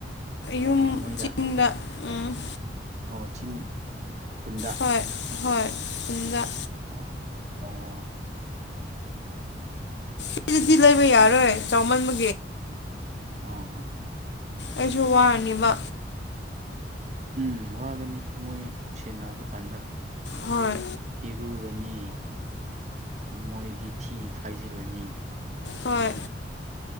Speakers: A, on the left; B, on the right.
A: ꯌꯨꯝ
B: ꯑ ꯃꯣꯏꯗ
A: ꯆꯤꯡꯗ ꯎꯝ
B: ꯑꯣ ꯆꯤꯡ ꯈꯨꯟꯗ
A: ꯍꯣꯏ ꯍꯣꯏ ꯑꯗꯨꯗ
B: ꯑ ꯎꯝ
A: ꯁꯤꯗꯗꯤ ꯂꯩꯕ ꯌꯥꯔꯣꯏ
B: ꯎꯝ
A: ꯆꯥꯎꯃꯟꯕ
B: ꯑꯍꯣ
A: ꯑꯩꯁꯨ ꯋꯥꯅꯦꯕ
B: ꯎꯝ ꯋꯥꯒꯅꯤ ꯃꯣꯏ ꯁꯦꯟꯅꯕ ꯀꯥꯟꯗ
A: ꯍꯣꯏ
B: ꯏꯔꯨꯔꯅꯤ ꯃꯣꯏꯗꯤ ꯊꯤ ꯐꯥꯏꯖꯤꯜꯂꯅꯤ
A: ꯍꯣꯏ